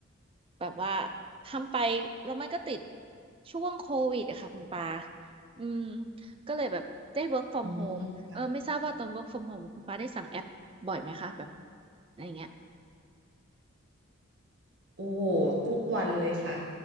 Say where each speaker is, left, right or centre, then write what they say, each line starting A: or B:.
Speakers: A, on the right; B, on the right.
A: แบบว่า ทำไป แล้วมันก็ติดช่วงโควิดอะค่ะคุณปาอืมก็เลยแบบได้ work from
B: อืมค่ะ
A: home เออไม่ทราบว่าตอน work from home คุณปาได้สั่งแอปบ่อยไหมคะแบบอะไรเงี้ย
B: โอ้โหทุกวันเลยค่ะ